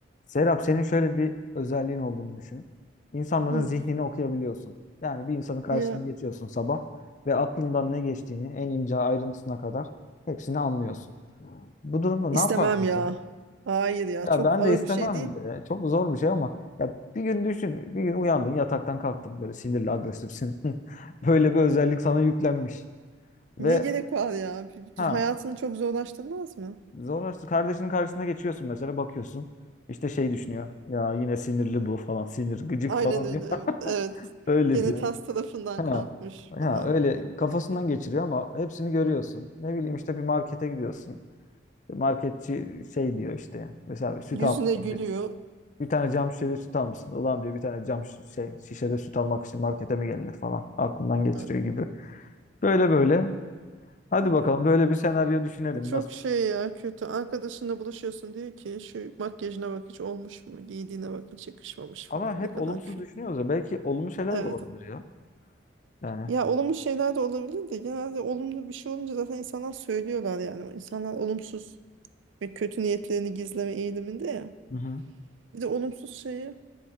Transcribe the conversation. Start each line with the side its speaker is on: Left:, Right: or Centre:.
Left: Serap senin şöyle bir özelliğin olduğunu düşün. İnsanların
Right: Hı,
Left: zihnini okuyabiliyorsun. Yani bir insanın karşısına
Right: ya
Left: geçiyorsun sabah ve aklından ne geçtiğini en ince ayrıntısına kadar hepsini anlıyorsun. Bu durumda ne
Right: istemem
Left: yapardın
Right: ya.
Left: sen?
Right: Hayır ya
Left: Ya
Right: çok
Left: ben
Right: ağır
Left: de istemem
Right: bir şey değil.
Left: de. Çok zor bir şey ama ya bir gün düşün. Bir gün uyandın yataktan kalktın böyle sinirli agresifsin. <laughs> Böyle bir özellik sana yüklenmiş. Ve
Right: Ne gerek var ya? Bir-
Left: ha
Right: bir- Hayatını çok zorlaştırmaz mı?
Left: zorlaştı. Kardeşinin karşısına geçiyorsun mesela bakıyorsun. İşte şey düşünüyor. Ya yine sinirli bu falan. Sinir gıcık
Right: Aynen
Left: falan
Right: öyle
Left: diyor.
Right: evet. Evet.
Left: Öyle
Right: Gene
Left: diyor.
Right: ters tarafından
Left: Ha.
Right: kalkmış
Left: Ha,
Right: falan.
Left: öyle kafasından geçiriyor ama hepsini görüyorsun. Ne bileyim işte bir markete gidiyorsun. Marketçi şey diyor işte. Mesela bir süt
Right: Yüzüne
Left: almışsın.
Right: gülüyor.
Left: Bir, bir tane cam şişede süt almışsın. Ulan diyor bir tane cam şi- şey, şişede süt almak için markete mi gelinir falan. Aklından geçiriyor
Right: Hı,
Left: gibi. Böyle böyle. Hadi
Right: değil mi?
Left: bakalım böyle bir senaryo düşünelim.
Right: Çok
Left: Nasıl?
Right: şey ya kötü. Arkadaşınla buluşuyorsun diyor ki şu makyajına bak hiç olmuş mu? Giydiğine bak hiç yakışmamış falan.
Left: Ama hep
Right: Ne kadar
Left: olumsuz
Right: kötü.
Left: düşünüyoruz ya. Belki olumlu şeyler
Right: Evet.
Left: de olabilir ya. Yani.
Right: Ya olumlu şeyler de olabilir de genelde olumlu bir şey olunca zaten insanlar söylüyorlar yani. İnsanlar olumsuz ve kötü niyetlerini gizleme eğiliminde ya.
Left: Hı hı.
Right: Bir de olumsuz şeyi,